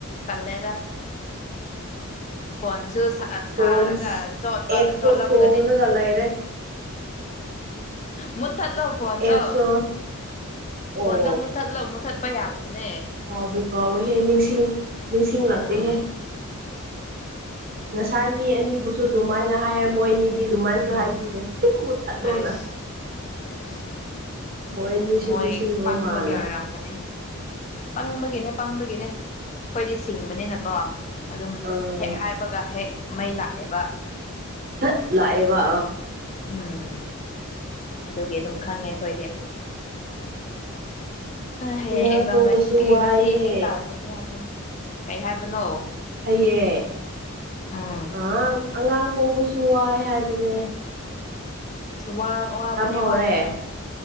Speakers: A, on the left; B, on the right.
A: ꯇꯂꯦꯗ ꯐꯣꯟꯣꯟꯁꯨ
B: ꯐꯣꯟꯁ
A: ꯁꯥꯔꯒ ꯆꯣꯠꯄ
B: ꯑꯦꯞꯇꯣ
A: ꯆꯣꯠꯂꯝꯒꯅꯤ
B: ꯆꯣꯡꯉꯒ ꯂꯩꯔꯦ
A: ꯃꯨꯠꯊꯠꯂꯣ ꯐꯣꯟꯗꯣ
B: ꯑꯦꯞꯁꯨ
A: ꯐꯣꯟꯗꯣ
B: ꯑꯣ
A: ꯃꯨꯠꯊꯠꯂꯣ ꯃꯨꯠꯊꯠꯄ ꯌꯥꯕ ꯅꯦ
B: ꯀꯥꯎꯕꯨ ꯀꯥꯎꯋꯦꯍꯦ ꯅꯤꯡꯁꯤꯡ ꯅꯤꯡꯁꯤꯡꯂꯛꯇꯦꯍꯦ
A: ꯎꯝ
B: ꯉꯁꯥꯏ ꯃꯤ ꯑꯅꯤꯕꯨꯁꯨ ꯑꯗꯨꯃꯥꯏꯅ ꯍꯥꯏꯔꯦ ꯃꯣꯏꯅꯤꯗꯤ ꯑꯗꯨꯃꯥꯏꯅꯁꯨ
A: ꯎꯝ
B: ꯍꯥꯏꯕꯤꯗꯦ ꯃꯨꯠꯊꯠꯂꯣꯅ
A: ꯑꯩꯁ ꯑꯩꯁ
B: ꯃꯣꯏ ꯑꯅꯤꯁꯨ
A: ꯃꯣꯏ
B: ꯅꯤꯡꯁꯤꯡꯗꯕ
A: ꯄꯪꯕꯒꯤ
B: ꯃꯥꯜꯂꯦ
A: ꯑꯣꯏꯔꯝꯒꯅꯤ ꯄꯪꯕꯒꯤꯅꯦ ꯄꯪꯕꯒꯤꯅꯦ ꯑꯩꯈꯣꯏꯗꯤ ꯁꯤꯡꯕꯅꯤꯅꯀꯣ ꯑꯗꯨꯝ
B: ꯑꯥ
A: ꯍꯦꯛ ꯍꯥꯏꯕꯒ ꯍꯦꯛ ꯃꯩ ꯂꯥꯛ ꯑꯦꯕ
B: ꯠ ꯂꯑꯕ
A: ꯎꯝ ꯑꯗꯨꯒꯤ ꯑꯗꯨꯝ ꯈꯪꯉꯦ ꯑꯩꯈꯣꯏꯗꯤ ꯍꯌꯦꯡ
B: ꯑꯉꯥꯡ
A: ꯑꯦꯛꯖꯥꯝ
B: ꯄꯣꯛꯕꯁꯨ
A: ꯂꯩ
B: ꯋꯥꯏꯍꯦ
A: ꯉꯁꯤ ꯏꯁꯤꯡ ꯇꯥꯗ꯭ꯔꯗꯤ ꯌꯥꯗ꯭ꯔꯦ ꯀꯩ ꯍꯥꯏꯕꯅꯣ
B: ꯍꯩꯌꯦ
A: ꯎꯝ
B: ꯑ ꯑꯉꯥꯡ ꯍꯣꯕꯁꯨ ꯋꯥꯏ ꯍꯥꯏꯕꯁꯦ
A: ꯋꯥ ꯋꯥꯕꯅꯦ
B: ꯍꯧꯔꯦ
A: ꯋꯥꯕꯅꯦ